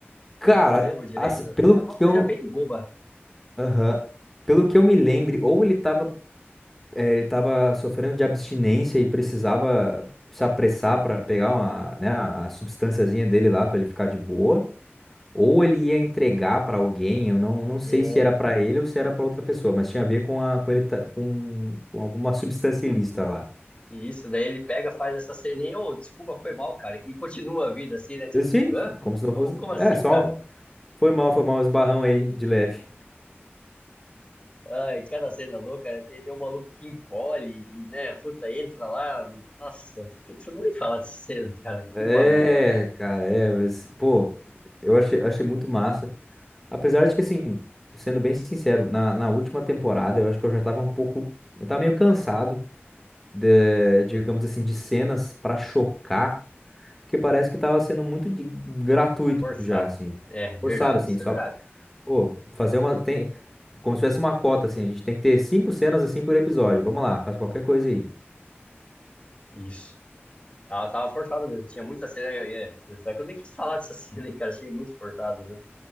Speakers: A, in the centre; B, on the left (about 30°).
A: Cara,
B: Eu não lembro direito.
A: assim, pelo
B: É uma
A: que
B: coisa
A: eu...
B: bem boba.
A: Aham. Pelo que eu me lembro, ou ele tava é, ele estava sofrendo de abstinência e precisava se apressar para pegar uma, né, a substânciazinha dele lá para ele ficar de boa. Ou ele ia entregar para alguém, eu não, não sei
B: É,
A: se era para ele ou se era para outra pessoa, mas tinha a ver com, a, com ele tá- com, com alguma substância ilícita lá.
B: e isso, daí ele pega, faz essa ceninha, ô, desculpa, foi mal, cara. E continua a vida assim, né? Tipo,
A: Assim,
B: hã?
A: como se não
B: Como,
A: fosse.
B: como assim,
A: É, só.
B: cara?
A: Foi mal, foi mal, um esbarrão aí de leve.
B: Ai, cada cena louca, né? tem, tem um maluco que encolhe e, né, puta, entra lá. Nossa, putz, eu não nem falar dessa cena, cara. Que
A: É,
B: bagulho louco.
A: cara, é, mas, pô, eu achei, achei muito massa. Apesar de que, assim, sendo bem sincero, na, na última temporada eu acho que eu já tava um pouco. Eu tava meio cansado de, digamos assim, de cenas pra chocar, porque parece que tava sendo muito de- gratuito
B: Forçar.
A: já, assim,
B: É, verdade,
A: forçado, assim,
B: isso
A: só.
B: é verdade.
A: Pô, fazer uma. Tem, como se tivesse uma cota, assim, a gente tem que ter cinco cenas assim por episódio. Vamos lá, faz qualquer coisa aí.
B: Isso. Tava, tava forçado mesmo. Tinha muita cena. Eu, é, tanto é que eu nem quis falar dessa <laughs> cena, hein, cara. Achei muito forçado mesmo.